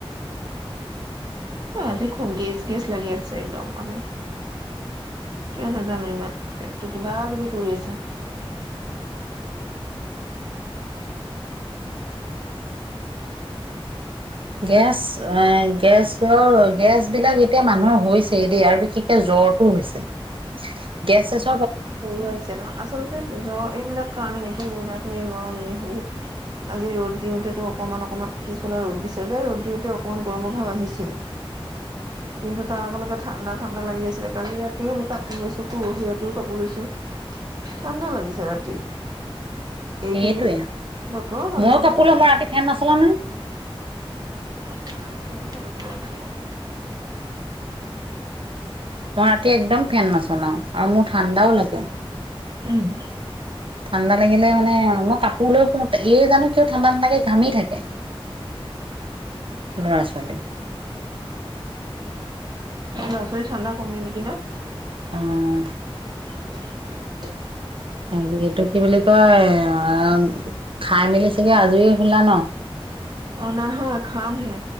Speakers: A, on the right; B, on the right.
A: আজি খুব গেছ, গেছ লাগি আছে একদম মানে। <unintelligible> পেটটো কিবা কিবি কৰি আছে।
B: গেছ এ, গেছৰ গেছ বিলাক এতিয়া মানুহৰ হৈছেই দেই আৰু বিশেষকে জ্বৰটো হৈছে, গেছ চেচ
A: জ্বৰো আহিছে ন' আচলতে জ্ব এইবিলাক তাৰামানে কি আৰু এই গৰমেই হে আজি ৰ'দ দিওঁতেতো অকমান অকমান পিছফালে ৰ'দ দিছে যে ৰ'দ দিওঁতে অকনমান অকনমান গৰমৰ ভাৱ আহিছে কিন্তু তাৰ আগলৈকে ঠাণ্ডা ঠাণ্ডা লাগি আছিলে কালি ৰাতিও কাপোৰ লৈছোঁ পৰহি কাপোৰ লৈছো ঠাণ্ডা লাগিছে ৰাতি।
B: সেইটোৱে
A: এইকেইদিন বতৰৰ কাৰণে
B: মই
A: চাগে
B: কাপোৰ লওঁ মই ৰাতি ফেন নচলাও নহয়।
A: অ', এতিয়া
B: মই ৰাতি একদম ফেন নচলাও আৰু মোৰ ঠাণ্ডাও লাগে।
A: উম।
B: ঠাণ্ডা লাগিলে মানে মই কাপোৰ লৈ শু এইৰ জানো কিয় ঠাণ্ডা নালাগে ঘামি থাকে। ল'ৰা ছোৱালী।
A: ল'ৰা ছোৱালী ঠাণ্ডা কমে নেকি ন'।
B: উম।
A: <inaudible>
B: তাক এইটো কি বুলি কয় অ', খাই মেলি চাগে আজৰি শুলা ন?
A: অ নহয় খাম হে।